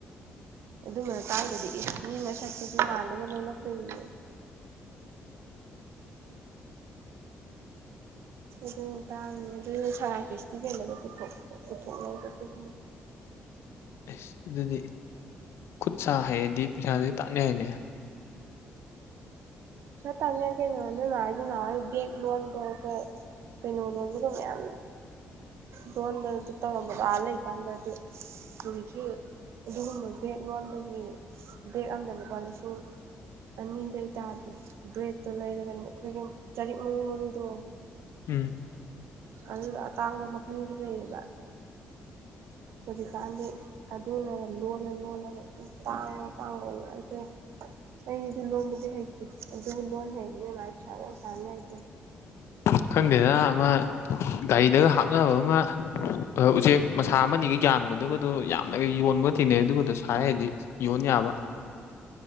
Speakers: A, on the right (about 75°); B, on the left (about 75°).
A: ꯑꯗꯨꯃ ꯃꯗ ꯇꯥꯡꯗꯗꯤ ꯏꯁ ꯃꯤ ꯃꯁꯛꯇꯁꯨ ꯃꯥꯟꯅꯕ ꯂꯣꯜꯂꯛꯇꯣꯏꯅꯦ ꯑꯗꯨ ꯇꯥꯡꯉ ꯑꯗꯨ ꯁꯉꯥꯏ ꯐꯦꯁꯇꯤꯚꯦꯜꯒ ꯄꯨꯊꯣꯛꯅꯩꯒꯣ ꯑꯗꯨꯒꯤ
B: ꯑꯁ ꯑꯗꯨꯗꯤ ꯈꯨꯠ ꯁꯥ ꯍꯩꯔꯗꯤ ꯄꯩꯁꯥꯥꯁ ꯇꯥꯟꯌꯥꯏꯅꯦ
A: ꯁꯥ ꯇꯥꯟꯕ ꯌꯥꯏ ꯀꯩꯅꯣ ꯅꯣꯏꯃ ꯅꯣꯏꯃꯥꯍꯣꯏ ꯕꯦꯛ ꯂꯣꯟꯕꯒ ꯀꯩꯅꯣ ꯂꯣꯟꯕꯒ ꯃꯌꯥꯝ ꯂꯣꯟꯕ ꯑꯗꯨ ꯇꯧꯔꯝꯕꯗꯣ ꯑꯥ ꯂꯩꯀꯥꯟꯗ ꯑꯗꯨ ꯍꯧꯖꯤꯛꯁꯨ ꯑꯗꯨꯒꯨꯝꯕ ꯕꯦꯛ ꯂꯣꯟꯕꯒꯤ ꯕꯦꯛ ꯑꯝꯗ ꯂꯨꯄꯥ ꯂꯤꯁꯤꯡ ꯑꯅꯤ ꯗꯩ ꯇꯥꯗꯦ ꯕ꯭ꯔꯦꯠꯇꯣ ꯂꯩꯔꯒ ꯑꯩꯈꯣꯏꯒꯤ ꯆꯔꯤꯛ ꯃꯔꯨ ꯃꯔꯨꯗꯣ
B: ꯎꯝ
A: ꯑꯗꯨꯗꯣ ꯑꯇꯥꯡꯕ ꯃꯈꯜꯒꯤ ꯂꯩꯌꯦꯕ ꯍꯧꯖꯤꯛꯀꯥꯟꯗꯤ ꯑꯗꯨꯅꯒ ꯂꯣꯜꯂ ꯂꯣꯜꯂꯒ ꯇꯥꯡ ꯇꯥꯡꯕ ꯉ ꯑꯩꯗꯤ ꯂꯣꯟꯕꯗꯤ ꯍꯩꯇꯦ ꯑꯗꯨꯕꯨ ꯂꯣꯟ ꯍꯩꯔꯗꯤꯅꯦ ꯃꯥ ꯄꯩꯁꯥ ꯌꯥꯝ ꯇꯥꯅꯤ ꯍꯥꯏ
B: ꯈꯪꯗꯦꯗ ꯑꯃ ꯒꯥꯔꯤꯗꯒ ꯍꯥꯞꯅꯕ ꯑꯃ ꯑ ꯎꯆꯦꯛ ꯃꯁꯥ ꯑꯃꯅꯤꯒ ꯌꯥꯟꯕꯗꯨꯒꯗꯣ ꯌꯥꯝꯅꯒ ꯌꯣꯟꯕꯒ ꯊꯦꯡꯅꯩ ꯑꯗꯨꯒꯗꯣ ꯁꯥ ꯍꯩꯗꯤ ꯌꯣꯟ ꯌꯥꯕ